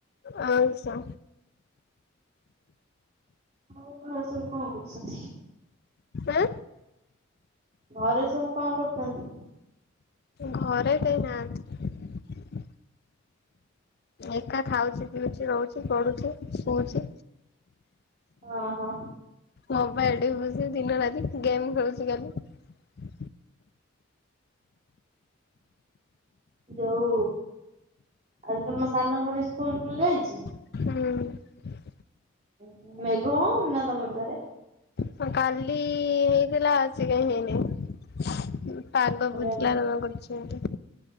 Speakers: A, on the left; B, on the right.
A: ଆଇଁଷ
B: ଆଉ କଣ ଏସବୁ କଣ କରୁଚନ୍ତି?
A: ଆଁ?
B: ଘରେ ସବୁ କଣ କରୁଚନ୍ତି?
A: ଘରେ କେହି ନାହାନ୍ତି। ଏକା ଖାଉଚି, ପିଉଚି, ରହୁଚି, ପଢୁଚି। ଶୋଉଚି।
B: ଓହୋ।
A: ମୋବାଇଲ୍ ଟିପୁଚି ଦିନ ରାତି ଗେମ୍ ଖେଳୁଚି ଖାଲି।
B: ଯୋଉ ଆଉ ତମ ସାନ ଭୋଉଣୀ ସ୍କୁଲକୁ ଯାଇଚି?
A: ହୁଁ।
B: ଉହୁଁ ମେଘ ହୋଉନି ନା ତମର ସ୍ୟାଡେ?
A: ହଁ କାଲି ହେଇଥିଲା ଆଜି କାଇଁ ହେଇନେଇ। ପାଲ
B: ଆମର
A: ବୁଝିଲାର
B: ଇଆଡେ
A: <unintelligible> କରଚନ୍ତି।